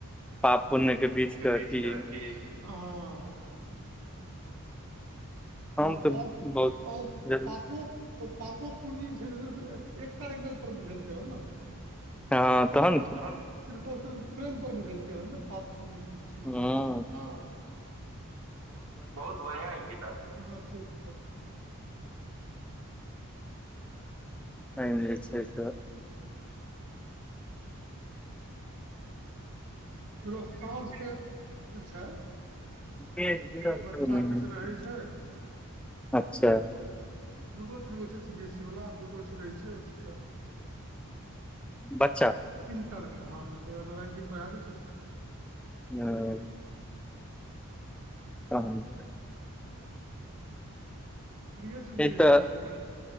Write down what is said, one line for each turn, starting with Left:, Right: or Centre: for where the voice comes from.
Centre: पाप पुण्य के
Right: बीच
Centre: कि
Right: के हड्डी ह ह
Centre: हम
Right: ओ
Centre: तऽ बहुत जरूर-
Right: पापू ओ पापो पुण्य जे छै से सिर्फ एकटा एंगल पर बुझलकै हन न
Centre: हँ तहन की
Right: त सिर्फ ओ प्रेम पर बुझल कै हेन पाप पुण्य की सुनि
Centre: ह
Right: छिये सब बहुत बढ़िया ई किताब छ ह ठीक छै
Centre: एहिमे जे छै से
Right: फेरो साँझके जे छै
Centre: <unintelligible>
Right: से बच्चा किछ रहै छै
Centre: अच्छा
Right: दूगो तीन गो छै सी बी एसी वला आ दूगो छै रहै छै अथीे
Centre: बच्चा
Right: तरह के हँ जरा नारायणजी पढ़ा दै छथिन
Centre: ह तहन
Right: <inaudible> फ्रीए फ्री
Centre: एक
Right: रहै
Centre: तऽ
Right: छै घ